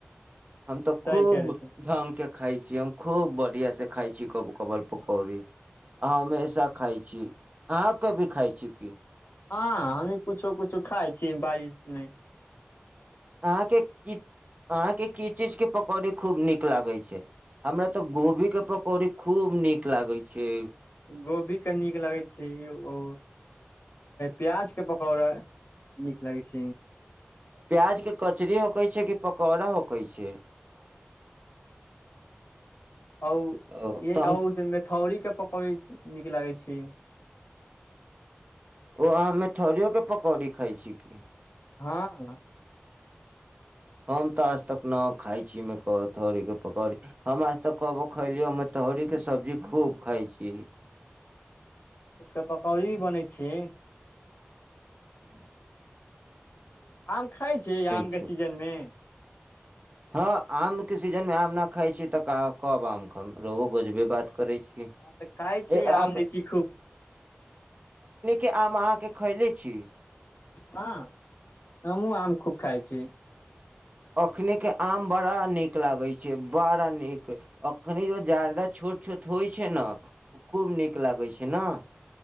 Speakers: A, on the right; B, on the left.
A: हम तऽ
B: सही
A: खूब
B: कह रहे छै
A: ढंग के खाय छी हम खूब बढ़िया से। खाइ छी कभु कभार पकौड़ी अह हमेशा खाइ छी, अहाँ कभु खाइ छी की।
B: हँ हमहूं कुछो -कुछो खाय छीयै बारिश में।
A: अहाँके की अहाँके की चीजके पकौड़ी खूब नीक लागै छै। हमरा तऽ गोभी के पकौड़ी खूब नीक लागै छै।
B: गोभी के नीक लगै छै ओ प्याज के पकौड़ा नीक लगै छै।
A: प्याज के कचरी होकै छै कि पकौड़ा होकै छै।
B: हौ
A: ओ,
B: ए
A: तऽ हम
B: और जे मेथौरी के पकौड़ी नीक लागे छै।
A: ओ अहाँ मेथौरियो के पकौड़ी खाइ छीयै की।
B: हाँह
A: हम तऽ आजतक नहि खाइ छी मेथौरीके पकौड़ी हम आजतक कबहु खेलियै मेथौरीके सब्जी खूब खाइ छी।
B: उसका पकौड़ी भी बनै छै।
A: ह्म
B: आम खाइ छियै आम
A: छै
B: के सीजन में।
A: हँ आमके सीजनमे आम न खाइ छी तऽ कब आम ख रहो गजबे बात। करै छी
B: हँ तऽ खाइ छी
A: एखनि
B: आम लीची खूब
A: के आम अहाँके। खैले छी।
B: हँ हमु आम खूब खाय छी।
A: अखनि के आम बड़ा नीक लागै छै बड़ा नीक अखनि जो जारदा छोट छोट होइ छै ने ओ खूब नीक लागै छै नऽ।